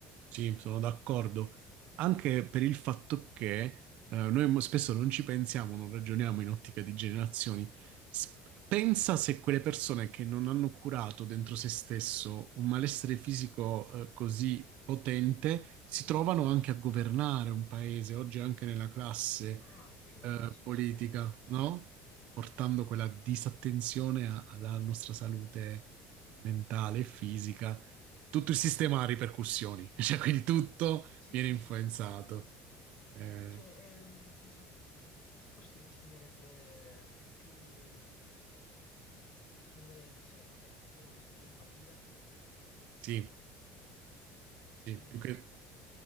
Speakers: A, on the right; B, on the left.
A: sì, sono d'accordo. Anche per il fatto che eh, noi mo- spesso non ci pensiamo, non ragioniamo in ottica di generazioni. S- pensa se quelle persone che non hanno curato dentro se stesso un malessere fisico eh, così potente si trovano anche a governare un paese, oggi anche nella classe
B: Ah, sì, vabbè,
A: eh,
B: sicuramente,
A: politica,
B: sì,
A: no?
B: sì.
A: Portando quella disattenzione a- alla nostra salute mentale e fisica, tutto il sistema ha ripercussioni, <laughs> cioè quindi tutto
B: Sì,
A: viene
B: sì,
A: influenzato.
B: sì, sì, sì, sì.
A: Eh,
B: Cioè, eh, nel senso, mh, forse bisognerebbe più mh, rendere le persone consapevoli sull'empatia.
A: sì, sì,
B: eh,
A: più che,